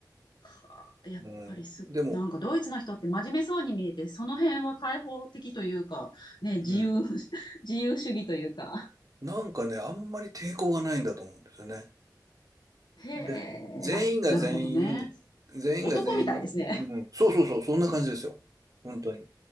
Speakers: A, on the left; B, on the right.
A: はあやっぱりす、
B: もうん、でも、
A: なんかドイツの人って真面目そうに見えて、その辺は開放的というか、ね、
B: うん、
A: 自由、<laughs> 自由主義というか。
B: なんかね、あんまり抵抗がないんだと思うんですよね。
A: へ
B: で、全員が全員、
A: え、あ、なるほどね。
B: 全員が全員、
A: 男みたいですね。
B: うん、そうそうそう、そんな感じですよ。本当に。